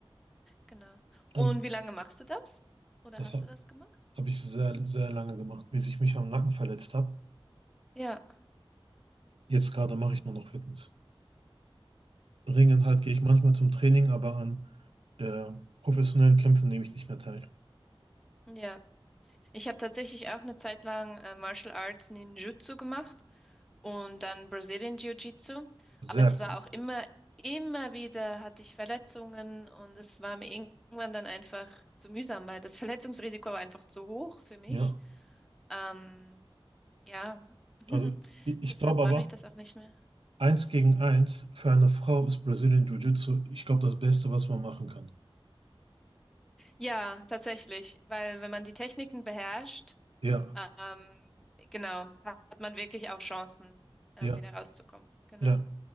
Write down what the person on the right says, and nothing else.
Also,
das
habe
hab ich sehr, sehr lange gemacht, bis ich mich am Nacken verletzt habe.
Jetzt gerade mache ich nur noch Fitness. Ringen halt gehe ich manchmal zum Training, aber an äh, professionellen
Kämpfen nehme ich nicht mehr teil.
Sehr,
ja.
Also ich, ich
glaube
aber,
eins gegen eins für eine Frau ist Brazilian Jiu-Jitsu, ich glaube, das Beste, was man machen kann.
Ja,
ja,
ja.